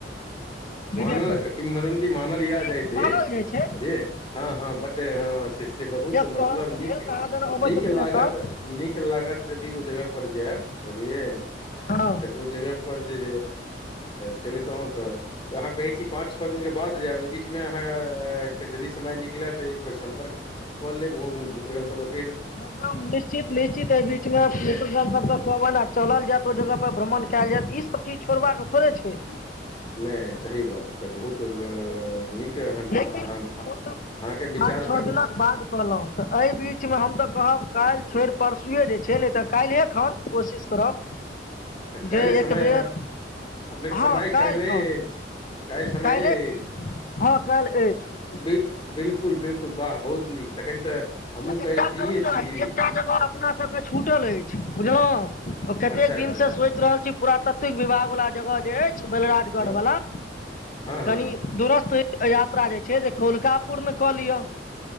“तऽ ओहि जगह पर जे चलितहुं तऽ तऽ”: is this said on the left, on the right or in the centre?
Left